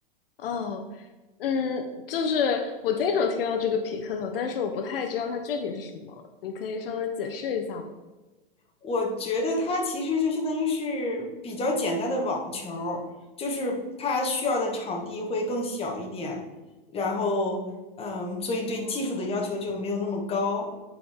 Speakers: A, on the left; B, on the left.
A: 哦，嗯，就是我经常听到这个匹克球，但是我不太知道它具体是什么，你可以稍微解释一下吗？
B: 我觉得它其实就相当于是比较简单的网球儿就是它需要的场地会更小一点，然后嗯，所以对技术的要求就没有那么高，
A: 哦，